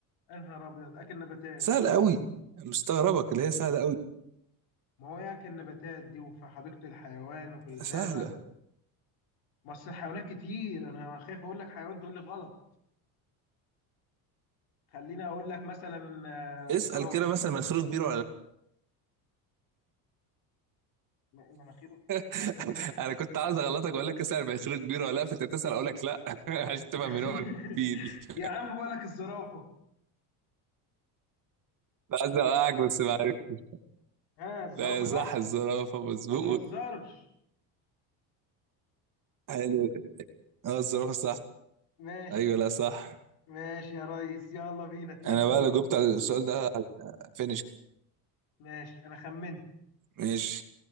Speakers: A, on the left; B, on the right.
A: يا نهار ابيض اكل نباتات
B: سهل
A: اه
B: قوي مستغربك اللي هي سهلة قوي
A: ما هو ياكل نباتات دي وفي حديقة الحيوان وفي الغابة
B: سهلة
A: ما اصل الحيوانات كتير انا خايف اقول لك حيوان تقول لي غلط خليني اقول لك مثلا آه،
B: اسأل
A: الزرافة
B: كده مثلا مناخيره كبيرة ولا لا
A: م- مناخيره
B: <laughs>
A: من-
B: أنا كنت عاوز أغلطك وأقول لك اسأل مناخيره كبيرة ولا لا فأنت تسأل أقول لك لا <laughs> عشان تفهم
A: <laughs>
B: من هو الفيل <laughs>
A: يا عم بقول لك الزرافة
B: كنت عايز أوقعك بس ما عرفتش
A: ها الزرافة
B: لا
A: صح
B: صح الزرافة مظبوط
A: ما تهزرش
B: حلو اه الزرافة صح
A: ماشي
B: أيوه لا صح
A: ماشي يا ريس يلا بينا اتنين
B: انا
A: اتنين
B: بقى لو جبت على السؤال ده فينش
A: ماشي انا خمنت
B: ماشي